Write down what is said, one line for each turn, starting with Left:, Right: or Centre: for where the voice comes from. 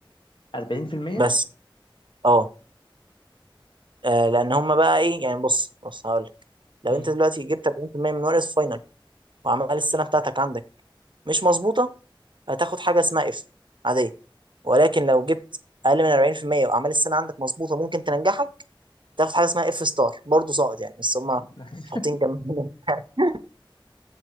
Left: 40%
Right: بس اه آه لان هم بقى ايه يعني بص بص هقول لك لو
Left: مم.
Right: انت دلوقتي جبت 40% من ورقه فاينل وعمال السنه بتاعتك عندك مش مظبوطه هتاخد حاجه اسمها اف عاديه ولكن لو جبت اقل من 40% وعمال السنه عندك مظبوطه ممكن تنجحك تاخد حاجه اسمها اف ستار برضه ساقط يعني بس هم
Left: <laughs>
Right: حاطين جنبهم <laughs>